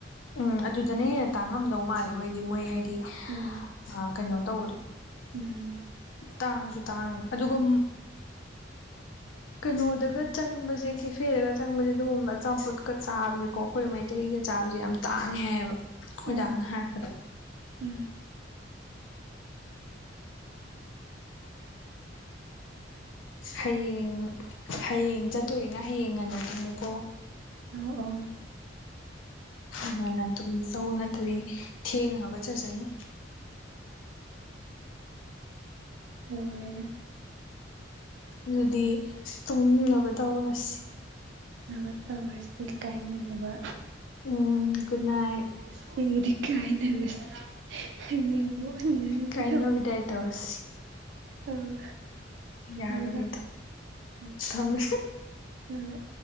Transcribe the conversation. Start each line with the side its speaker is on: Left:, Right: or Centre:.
Left: ꯎꯝ ꯑꯗꯨꯗꯅ ꯍꯦꯟꯅ ꯇꯥꯡꯉꯝꯗꯧ ꯃꯥꯜꯂꯤꯉꯣ ꯍꯥꯏꯗꯤ ꯃꯣꯏ ꯍꯥꯏꯗꯤ
Right: ꯎꯝ
Left: ꯑ ꯀꯩꯅꯣ ꯇꯧꯕꯗꯣ
Right: ꯎꯝ
Left: ꯇꯥꯡꯁꯨ ꯇꯥꯡꯏ ꯑꯗꯨꯒ ꯀꯩꯅꯣꯗꯒ ꯆꯪꯕꯁꯦ ꯀꯦꯐꯦꯗꯒ ꯆꯪꯕꯁꯦ ꯑꯗꯨꯒꯨꯝꯕ ꯑꯆꯥꯝꯄꯣꯠꯀ ꯆꯥꯕꯁꯦꯀꯣ ꯑꯩꯈꯣꯏ ꯃꯩꯇꯩꯒ ꯆꯥꯁꯦ ꯌꯥꯝ ꯇꯥꯡꯉꯦ ꯍꯥꯏꯌꯦꯕ ꯈꯣꯏꯗꯥꯅ
Right: ꯎꯝ
Left: ꯍꯥꯏꯔꯛꯄꯗ
Right: ꯎꯝ
Left: ꯍꯌꯦꯡ ꯍꯌꯦꯡ ꯆꯠꯇꯣꯔꯤꯅ ꯍꯌꯦꯡ ꯉꯟꯅ ꯇꯨꯝꯃꯨꯀꯣ
Right: ꯑꯧ ꯑꯧ
Left: ꯎꯝ ꯉꯟꯅ ꯇꯨꯝꯆꯧ ꯅꯠꯇꯗꯤ ꯊꯦꯡꯅ ꯍꯧꯒꯠꯆꯠꯖꯅꯤ
Right: ꯇꯧꯔꯦꯅꯦ
Left: ꯑꯗꯨꯗꯤ ꯇꯨꯝꯅꯕ ꯇꯧꯔꯁꯤ
Right: ꯩ ꯇꯧꯔꯁꯤ ꯀꯥꯏꯅꯅꯕ
Left: ꯎꯝ ꯒꯨꯗ ꯅꯥꯏꯠ
Right: ꯁꯤꯗꯤ ꯀꯍꯦꯟꯅ ꯂꯨꯁꯟꯂꯦ ꯌꯦꯉ ꯑꯃꯨꯛ ꯑꯣꯏꯔꯝꯗꯣꯏꯅꯤ
Left: ꯀꯥꯏꯅꯕꯤꯗꯥꯏ
Right: ꯁꯤ ꯊꯕꯛꯇꯣ
Left: ꯇꯧꯔꯁꯤ
Right: ꯑꯧ
Left: ꯌꯥꯔꯣꯏꯗꯣ
Right: ꯅꯉꯣꯟꯗꯥ ꯎꯝ
Left: ꯊꯝꯃꯦ
Right: ꯍꯣꯏ ꯍꯣꯏ